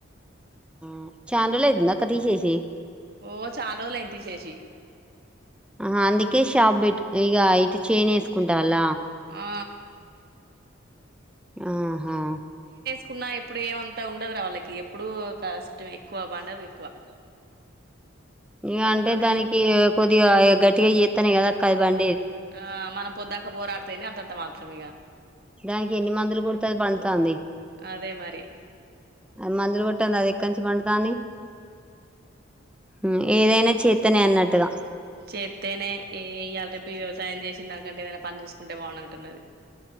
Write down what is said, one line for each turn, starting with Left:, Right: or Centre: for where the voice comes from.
Centre: మ్ చాన్రోలైతుందా అక్క తీసేశి
Right: ఓ చాలా రోజులు అయింది తీసేసి
Centre: ఆహా అందుకే షాప్ పెట్ ఇగ ఇటు చేనేసుకుంటాల్ల
Right: ఆ
Centre: ఆహా
Right: కున్నా ఎప్పుడు ఏమంతా ఉండదురా వాళ్ళకి ఎప్పుడూ కష్టం ఎక్కువ పండవు ఎక్కువ <inaudible>
Centre: ఇంగ
Right: తక్కువనే
Centre: అంటే దానికి కొద్దిగా గట్టిగా చేస్తానే కదా అక్క అది పం
Right: ఆ మనం పొద్ద్దాక బోరాడుతేనే అంతంత మాత్రం ఇగ
Centre: దానికి ఎన్ని మందులు కోడుతే అది పండుతాంది
Right: అదే మరి
Centre: అ మందులు కొట్టంది అది ఎక్కన్ దాని మ్ ఏదైనా చేతనే అన్నట్టుగా
Right: చెతేనే ఇగ ఇయ్యల రేపు వ్యవసాయం చేస్ చిన్ దాని కంటే ఏదైనా పని చూసుకుంటే బాగున్నటున్నది